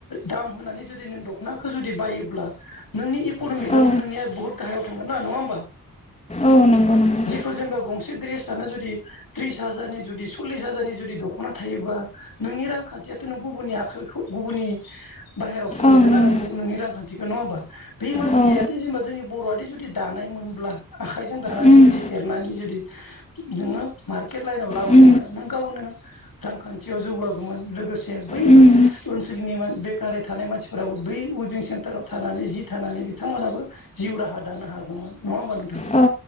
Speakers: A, on the left; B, on the left.
A: दाम होनानै जुदि नों दख'नाखौ जुदि बायोब्ला नोंनि इकन'मिकआथ
B: औ
A: नोंनिया बहुत गाहायाव नङा होमबा
B: औ नंगौ नंगौ
A: थ' जेनेबा गंसे ड्रेस लाना जुदि ट्रिस हाजारनि जुदि सल्लिस हाजारनि जुदि दख'ना थायोब्ला नोंनि रांखान्थियाथ' नों गुबुननि आखाइखौ गुबुननि बाहेरायावसो हरदोंना
B: ओं ओं
A: नों नोंनि रांखान्थि नङा होमबा बे मानसियाथ'
B: औ औ
A: जेनेबा जोंनि बर'आथ जुदि दानाय मोनब्ला आखाइजों दानानै
B: उम
A: जुदि एरनानै जुदि नोङो मार्केट लाइनाव लाबोनायबा
B: उम
A: नों गावनो रांखान्थियाव जौगागौमोन लोगोसे बै
B: उम
A: ओनसोलनि बेकै थानाय मानसिफोराबो बै उइबिं सेन्टाराव थानानै जि थानानै बिथांमोनहाबो जिउ राहा दानो हागौमोन नङा होमबा नोंथां
B: उम औ